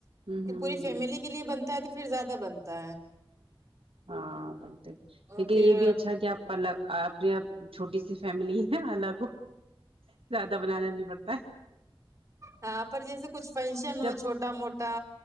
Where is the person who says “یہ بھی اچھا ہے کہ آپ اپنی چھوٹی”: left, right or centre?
Right